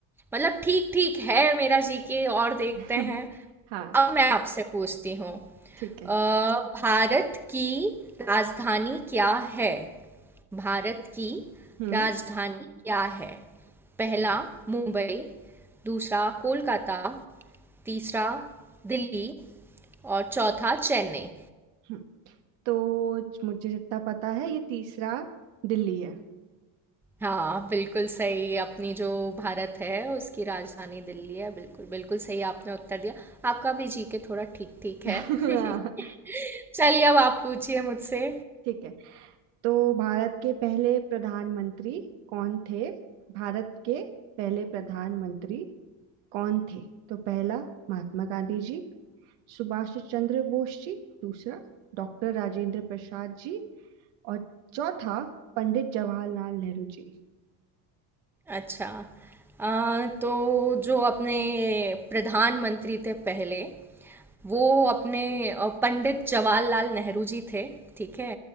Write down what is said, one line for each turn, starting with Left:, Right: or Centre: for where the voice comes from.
Centre: मतलब ठीक ठीक है मेरा जीके और देखते
Right: <laughs>
Centre: हैं
Right: हाँ
Centre: अब मैं आपसे पूछती हूँ अ,
Right: ठीक है
Centre: भारत की राजधानी क्या है भारत की
Right: हम्म
Centre: राजधानी क्या है पहला मुंबई दूसरा कोलकाता तीसरा दिल्ली और चौथा चेन्नई
Right: हम्म। तो मुझे जितना पता है ये तीसरा दिल्ली है
Centre: हाँ, बिल्कुल सही अपनी जो भारत है उसकी राजधानी दिल्ली है बिल्कुल बिल्कुल सही आपने उत्तर दिया आपका भी जीके थोड़ा ठीक ठीक
Right: <laughs>
Centre: है
Right: हाँ
Centre: <laughs> चलिए अब आप पूछिए मुझसे
Right: ठीक है तो भारत के पहले प्रधानमंत्री कौन थे भारत के पहले प्रधानमंत्री कौन थे तो पहला महात्मा गांधी जी सुभाष चंद्र बोस जी दूसरा डॉक्टर राजेंद्र प्रसाद जी और चौथा पंडित जवाहरलाल नेहरू जी
Centre: अच्छा अ, तो जो अपने प्रधानमंत्री थे पहले वो अपने अ, पंडित जवाहरलाल नेहरू जी थे ठीक है